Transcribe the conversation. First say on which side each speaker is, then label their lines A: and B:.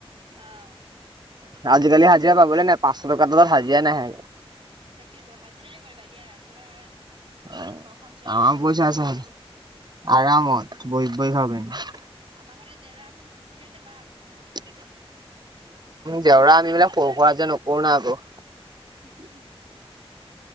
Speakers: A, on the right (about 65°); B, on the right (about 45°).
A: আহ।
B: আজিকালি হাজিয়া পাবলে নাই, পাঁচশ টকা তলত হাজিয়া নাহে
A: তাকেইেতো হাজিৰাই কৰিবা দিয়া পুৰা।
B: অ।
A: ঘৰখন চলি
B: আমাৰ
A: যাব ধুনীয়াকে।
B: পইচা আছে, আৰামত বৈ কৈ খাব পাৰিম।
A: আমাৰ ঘৰতে জেউৰা এখন ভেতি থৈ যাব
B: <unintelligible> জেউৰা আমি মানে সৰু-সুৰা যে নকৰো না আকৌ।
A: <unintelligible>